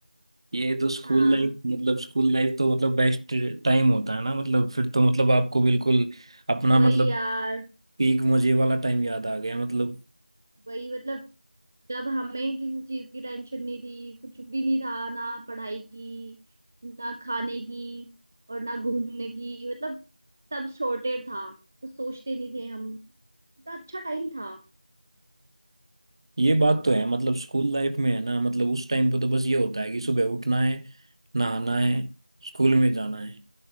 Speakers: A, on the right; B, on the right.
A: ये तो स्कूल
B: हाँ
A: लाइफ मतलब स्कूल लाइफ तो मतलब बेस्ट टाइम होता है ना मतलब फिर तो मतलब आपको बिल्कुल अपना
B: वही
A: मतलब
B: यार
A: पीक मजे वाला टाइम याद आ गया मतलब
B: वही मतलब जब हमें किसी चीज की टेंशन नहीं थी कुछ भी नहीं था ना पढ़ाई की ना खाने की और ना घूमने की मतलब सब सॉर्टेड था कुछ सोचते नहीं थे हम इतना अच्छा टाइम था
A: ये बात तो है मतलब स्कूल लाइफ में है ना मतलब उस टाइम पे तो बस ये होता है कि सुबह उठना है नहाना है स्कूल में जाना है